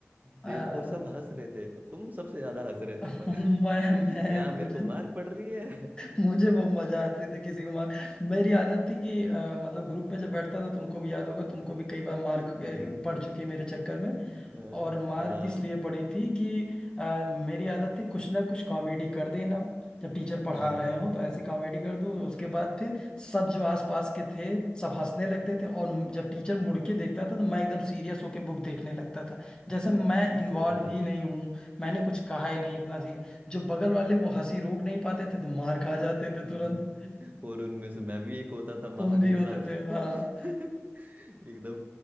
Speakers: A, on the left; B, on the right.
A: आह
B: दे और सब हंस रहे थे तुम सबसे ज्यादा हंस रहे थे
A: <laughs> मैं मैं
B: <laughs> यहाँ मेरे
A: मुझे
B: को मार पड़ रही है <laughs>
A: <laughs> मुझे वो मजा आती थी किसी को मार मेरी आदत थी कि अ, मतलब ग्रुप में जब बैठता था तुमको भी याद होगा तुमको भी कई बार मार
B: हम्म,
A: ख- पड़ चुकी है मेरे चक्कर में
B: हाँ
A: और मार
B: हाँ
A: इसलिए पड़ी थी कि अ, मेरी आदत थी कुछ ना कुछ कॉमेडी कर देना जब टीचर
B: हाँ,
A: पढ़ा रहे
B: हाँ।
A: हो तो ऐसी कॉमेडी कर दूं उसके बाद फिर सब जो आसपास के थे सब हंसने लगते थे और म- जब टीचर मुड़ के देखता था तो मैं एकदम सीरियस होके बुक देखने लगता था
B: <laughs>
A: जैसे मैं इन्वॉल्व
B: सही बात
A: ही नहीं हूँ मैंने कुछ कहा ही नहीं इतना सी। जो बगल वाले वो हंसी रोक नहीं पाते थे तो मार खा जाते थे
B: हम्म,
A: तुरंत
B: और उनमें से मैं भी एक होता था महान
A: तुम भी
B: इंसान
A: होते
B: <laughs>
A: थे हाँ
B: एकदम